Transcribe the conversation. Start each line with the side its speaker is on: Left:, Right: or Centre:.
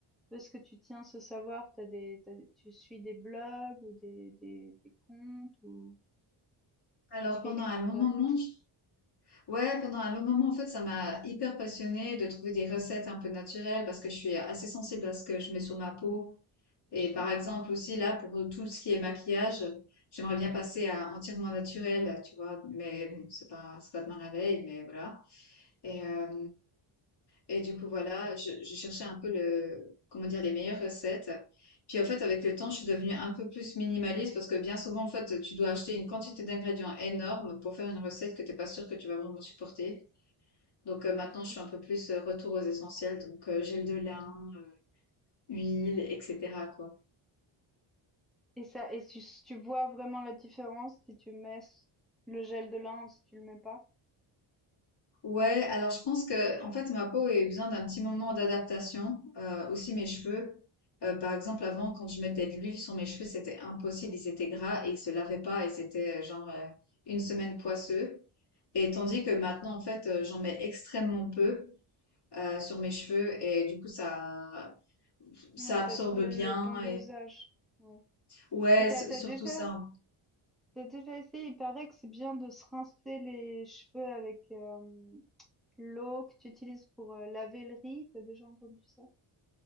Centre: d'où est-ce que tu tiens ce savoir? T'as des, t'as des- tu suis des blogs ou des, des, des comptes ou
Left: Alors
Centre: c'est quelqu'un
Left: pendant un
Centre: qui t'a
Left: long moment,
Centre: appris?
Left: je- ouais, pendant un long moment, en fait, ça m'a hyper passionnée de trouver des recettes un peu naturelles parce que je suis assez sensible à ce que je mets sur ma peau. Et par
Centre: Mhm,
Left: exemple aussi là, pour tout ce qui est maquillage, j'aimerais bien passer à entièrement naturel, tu vois. Mais bon, c'est pas, c'est pas demain la veille, mais voilà. Et, euh, Et du coup, voilà, je, je cherchais un peu le, comment dire, les meilleures recettes. Puis en fait,
Centre: mhm,
Left: avec le temps, je suis devenue un peu plus minimaliste parce que bien souvent, en fait, tu dois acheter une quantité d'ingrédients énorme pour faire une recette que t'es pas sûr que tu vas vraiment supporter. Donc euh, maintenant,
Centre: mhm.
Left: je suis un peu plus euh, retour aux essentiels. Donc euh, gel de lin, euh, huile, etc., quoi.
Centre: Et ça, et tu, tu vois vraiment la différence si tu mets s- le gel de lin ou si tu le mets pas?
Left: Ouais, alors je pense que en fait ma peau a eu besoin d'un petit moment d'adaptation, euh, aussi mes cheveux. Euh, par exemple, avant, quand je mettais de l'huile sur mes cheveux, c'était impossible, ils étaient gras et ils se lavaient pas et c'était euh, genre euh, une semaine poisseux. Et tandis que maintenant, en fait, euh, j'en mets extrêmement peu euh, sur mes cheveux et du coup ça ça
Centre: Ouais, t'as
Left: absorbe
Centre: trouvé
Left: bien
Centre: le bon dosage.
Left: et
Centre: Ouais.
Left: ouais,
Centre: Et t'as,
Left: s-
Centre: t'as
Left: surtout
Centre: déjà,
Left: ça. hein.
Centre: t'as déjà essayé, il paraît que c'est bien de se rincer les cheveux avec euh, l'eau que tu utilises pour euh, laver le riz. T'as déjà entendu ça?